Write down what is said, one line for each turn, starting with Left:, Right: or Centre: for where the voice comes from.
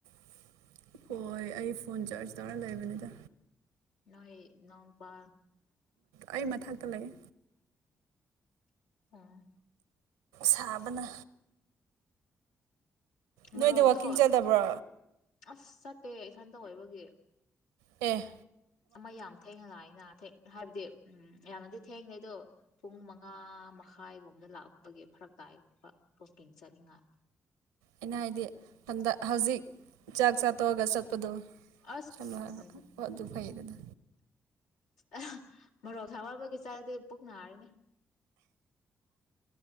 Right: <unintelligible> ꯍꯣꯏ ꯑꯩ ꯐꯣꯟ ꯆꯥꯔꯖ ꯇꯧꯔ ꯂꯩꯕꯅꯤꯗ
Left: ꯅꯣꯏ ꯅꯥꯎꯄꯥ
Right: ꯑꯩ ꯃꯊꯛꯇ ꯂꯩꯌꯦ
Left: ꯑ
Right: ꯁꯥꯕꯅ
Left: ꯃꯣꯔꯣꯛꯇꯣ
Right: ꯅꯣꯏꯗꯤ ꯋꯥꯛꯀꯤꯡ ꯆꯠꯗꯕ꯭ꯔꯣ
Left: ꯑꯁ ꯆꯠꯇꯦ ꯏꯊꯟꯇ ꯑꯣꯏꯕꯒꯤ
Right: ꯄꯦ
Left: ꯑꯃ ꯌꯥꯝ ꯊꯦꯡꯅ ꯂꯥꯛꯑꯦꯅꯥ ꯊꯦꯛ ꯍꯥꯏꯕꯗꯤ ꯎꯝ ꯌꯥꯝꯅꯗꯤ ꯊꯦꯡꯉꯦ ꯑꯗꯨ ꯄꯨꯡ ꯃꯉꯥ ꯃꯈꯥꯏꯒꯨꯝꯕꯗ ꯂꯥꯛꯄꯒꯤ ꯐꯔꯛ ꯇꯥꯏ ꯕ <unintelligible>
Right: ꯑꯩꯅ ꯍꯥꯏꯗꯤ ꯍꯟꯗꯛ ꯍꯧꯖꯤꯛ ꯆꯥꯛ ꯆꯥ ꯇꯣꯛꯑꯒ ꯆꯠꯄꯗꯣ
Left: ꯑꯁ
Right: <unintelligible> ꯑꯗꯨ ꯐꯩꯌꯦ ꯗꯗꯥ
Left: ꯑ ꯃꯣꯔꯣꯛ ꯁꯕꯥ ꯑꯃꯒꯤ ꯆꯥꯔꯗꯤ ꯄꯨꯛ ꯅꯥꯔꯅꯤ